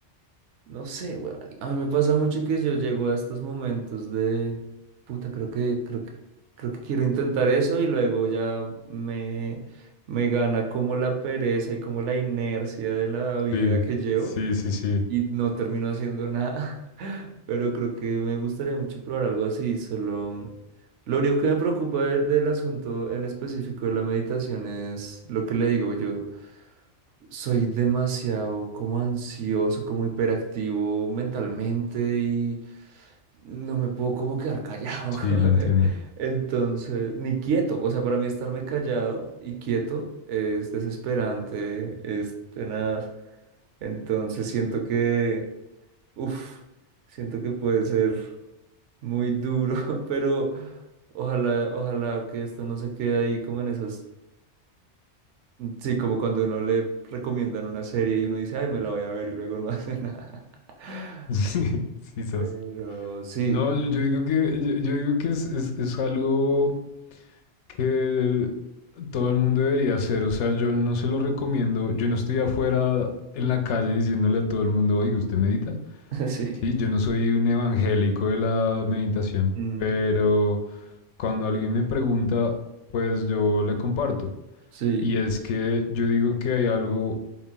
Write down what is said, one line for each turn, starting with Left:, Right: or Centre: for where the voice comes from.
Right: no sé, weón. A mí me pasa mucho que yo llego a estos momentos de, puta, creo que, creo que, creo que quiero intentar eso y luego ya me, me gana como la pereza y como la inercia de la vida
Left: sí.
Right: que llevo.
Left: Sí, sí, sí, sí.
Right: y no termino haciendo nada. <laughs> Pero creo que me gustaría mucho probar algo así. Solo lo único que me preocupa de- del asunto en específico de la meditación es lo que le digo. Yo soy demasiado como ansioso, como hiperactivo mentalmente y no me puedo como quedar callado.
Left: Sí,
Right: <laughs>
Left: lo entiendo.
Right: Entonces, ni quieto. O sea, para mí estarme callado y quieto es desesperante, es tenaz. Entonces siento que Uf, siento que puede ser muy duro, <laughs> pero ojalá, ojalá que esto no se quede ahí como en esas, sí, como cuando uno le recomiendan una serie y uno dice, ay, me la voy a ver y luego no hace nada. <laughs>
Left: <laughs> Sí, sí, sas.
Right: Pero sí,
Left: No, yo, yo digo que, yo, yo digo que es, es, es algo que todo el mundo debería hacer. O sea, yo no se lo recomiendo. Yo no estoy afuera en la calle diciéndole a todo el mundo, oiga, ¿usted medita?
Right: <laughs> sí,
Left: Sí, yo no soy un evangélico de la meditación,
Right: mm,
Left: pero cuando alguien me pregunta, pues yo le comparto.
Right: sí,
Left: Y es que yo digo que hay algo